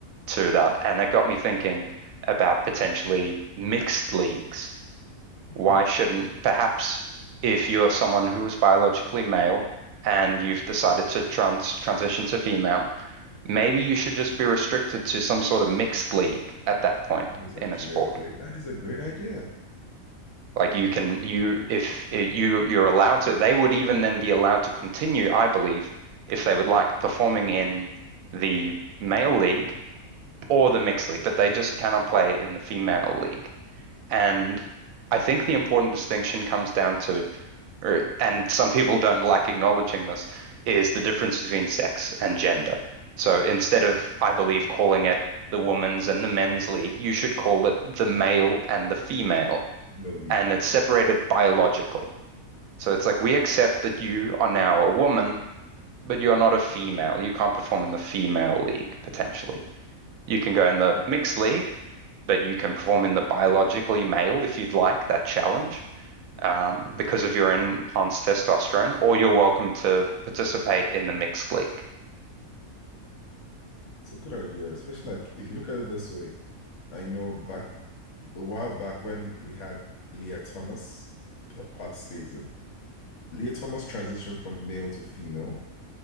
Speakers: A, on the right; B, on the left.
A: to that. And that got me thinking about potentially mixed leagues.
B: mm-hmm.
A: Why shouldn't perhaps if you're someone who is biologically male and you've decided to trans transition to female, Maybe you should just be restricted to some sort of mixed league at that point
B: That is actually
A: in a sport.
B: a great. That is a great idea.
A: Like you can you if you you're allowed to, they would even then be allowed to continue, I believe, if they would like performing in the male league or the mixed league, but they just cannot play in the female league. And I think the important distinction comes down to or and some people don't like acknowledging this, is the difference between sex and gender. So instead of, I believe, calling it the women's and the men's league, you should call it the male and the female.
B: No, Lee.
A: And it's separated biologically. So it's like we accept that you are now a woman, but you are not a female. You can't perform in the female league, potentially. You can go in the mixed league, but you can perform in the biologically male if you'd like that challenge um, because of your enhanced testosterone, or you're welcome to participate in the mixed league.
B: It's a good idea, especially like if you look at it this way. I know back a while back when we had Leah Thomas p- participating. Leah Thomas transitioned from male to female